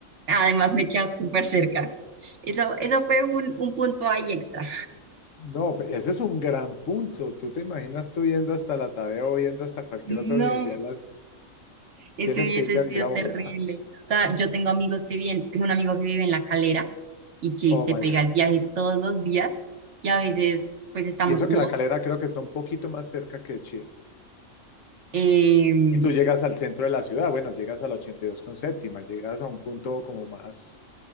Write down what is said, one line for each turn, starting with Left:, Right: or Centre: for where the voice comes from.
Right: Además me queda súper cerca. Eso, eso fue un, un punto ahí extra.
Left: No, pe- ese es un gran punto. Tú te imaginas tú yendo hasta la Tadeo, yendo hasta cualquier
Right: No.
Left: otra universidad, las,
Right: Eso
Left: tienes
Right: hubiese
Left: que irte a
Right: sido
Left: vivir a
Right: terrible.
Left: Bogotá.
Right: O sea, yo tengo amigos que viven, tengo un amigo que vive en La Calera y que
Left: Oh
Right: se
Left: my
Right: pega
Left: God.
Right: el viaje todos los días y a veces pues estamos
Left: Y eso
Right: como,
Left: que la Calera creo que está un poquito más cerca que Chía.
Right: em,
Left: Y tú llegas al centro de la ciudad, bueno, llegas a la 82 con séptima, llegas a un punto como más